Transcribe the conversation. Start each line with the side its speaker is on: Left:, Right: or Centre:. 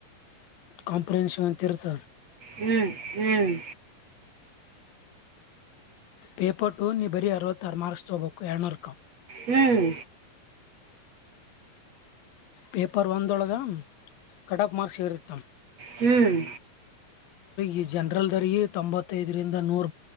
Left: ಕಾಂಪ್ರನ್ಷ ಅಂತ ಇರತ್.
Right: ಹ್ಮ್ ಹ್ಮ್
Left: ಪೇಪರ್ ಟು ನೀ ಬರೀ ಅರವತ್ತಾರ ಮಾರ್ಕ್ಸ್ ತೊಗಬೇಕು ಎರಡನೂರುಕ.
Right: ಹ್ಮ್
Left: ಪೇಪರ್ ಒಂದೊಳಗ ಕಟ್ ಆಫ್ ಮಾರ್ಕ್ಸ್ ಹೇರ್ತಿತ್ತ
Right: ಹ್ಮ್
Left: ಈ ಜನರಲ್ ದರ ತೊಂಬತ್ತೈದರಿಂದ ನೂರ